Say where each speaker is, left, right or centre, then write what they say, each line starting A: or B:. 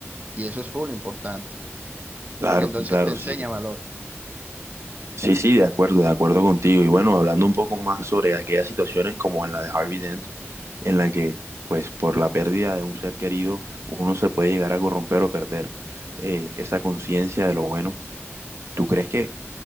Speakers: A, on the right; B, on the right.
A: Y eso es full importante,
B: Claro,
A: porque entonces
B: claro,
A: te enseña
B: sí.
A: valores.
B: Sí, sí, de acuerdo, de acuerdo contigo. Y bueno, hablando un poco más sobre aquellas situaciones como en la de Harvey Dent, en la que, pues, por la pérdida de un ser querido, uno se puede llegar a corromper o perder eh, esa conciencia de lo bueno. ¿Tú crees que